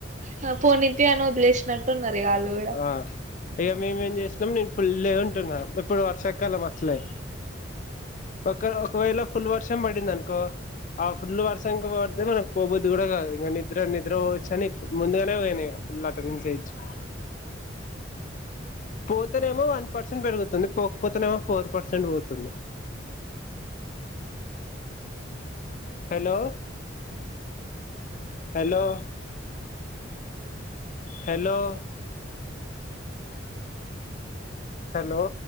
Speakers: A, on the right; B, on the left.
A: హా పోనితి అని వదిలేసినట్టున్నరిగా ఆళ్ళు గుడ్
B: ఆ ఇగ మేమేం చేసినం నేను ఫుల్లుగుంటున్నా ఇప్పుడు వర్షాకాలం అసలే ఒక్క ఒకవేళ ఫుల్లు వర్షం బడిందన్కో ఆ ఫుల్లు వర్శంకు పోతే మనకు పోబుద్ధి కూడ గాదు ఇంగ నిద్ర నిద్ర పోవచ్చని ఇప్ ముందుగనే పోయినిగ ఫుల్లు అటెండెన్స్ ఎయించుకున్న పోతేనేమో వన్ పర్సెంట్ పెరుగుతుంది పోకపోతేనేమో ఫోర్ పర్సెంట్ పోతుంది హలో హలో హలో హలో